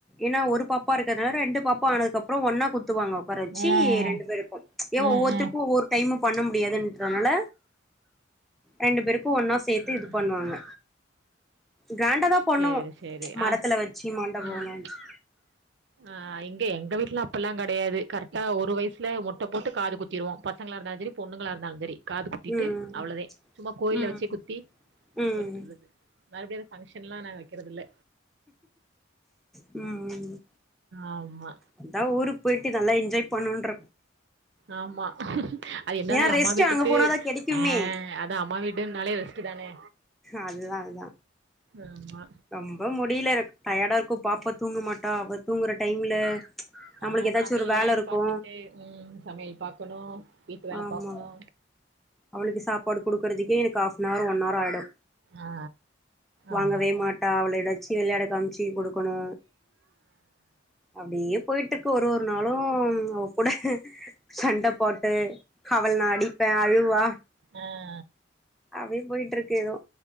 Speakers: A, in the centre; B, on the right.
A: ஏன்னா ஒரு பாப்பா இருக்குறதுனால ரெண்டு பாப்பா ஆனதுக்கு அப்புறோ ஒன்னா குத்துவாங்க வர வெச்சி
B: ம்
A: ரெண்டு பேருக்கும் ஏ
B: ம்
A: ஒவ்வோர்த்தருக்கு
B: ம்
A: ஒவ்வோர் டைமு பண்ண முடியாதுயின்றனால ரெண்டு பேருக்கு ஒன்னா சேத்து
B: ம்
A: இது பண்ணுவாங்க க்ராண்டா தா பொண்ணும்
B: சேரி சேரி
A: மடத்துல
B: அ
A: வெச்சு மண்டபோ
B: ம்
A: ஒண்ணு வெச்சு
B: ஆ இங்க எங்க வீட்ல அப் படில்லா கெடையாது கரெக்டா ஒரு வயசுல மொட்ட போட்டு காது குத்திடுவோ பசங்களா இருந்தாலு செரி பொண்ணுங்களா இருந்தாலு செரி காது குத்திட்டு
A: ம்
B: அவ்வளோதே சும்மா கோயில்ல
A: ம்
B: வெச்சே குத்தி
A: ம்
B: வெட்டுறது மறுபடியு ஒரு ஃபங்க்ஷன்லா நாங்க வெக்கிறது இல்ல
A: ம்
B: ஆமா
A: அதா ஊருக்கு போயிட்டு நல்லா என்ஜாய் பண்ணோன்ற
B: ஆமா அது என்னதாலு
A: ஏன்னா
B: அம்மா
A: ரெஸ்ட்
B: வீட்டுக்கு
A: அங்க போனாதா கெடைக்குமே
B: ஆ அதா அம்மா வீடுனாலே கதானே
A: அதுதா அததா
B: ஆமா
A: அம் அப்பவு முடில எனக்கு டயர்டா இருக்கோ பாப்பா தூங்கமாட்டா அவ தூங்குற டைம்ல நம்மளுக்கு
B: ஆ
A: ஏதாச்சு
B: சமையலே
A: ஒரு வேல இருக்கு
B: பாத்துட்டு ம் சமையல் பாக்கணோ வீட்டு வேல
A: ஆமா
B: பாக்கணோ
A: அவளுக்கு சாப்பாடு குடுக்குறதுக்கே எனக்கு ஆஃப்னார் ஒன்னார் ஆயிடோ
B: ஆ
A: வாங்கவே
B: ஆமா
A: மாட்டா அவள இத வெச்சு வெளையாட காம்ச்சி குடுக்கணோ அப்டியே போயிட்டுருக்கு ஒரு ஒரு நாளு அவ கூட சண்ட போட்டு அவள நா அடிப்பே அழுவா
B: ஆ
A: அப்டியே போயிட்டுருக்கு எதுவு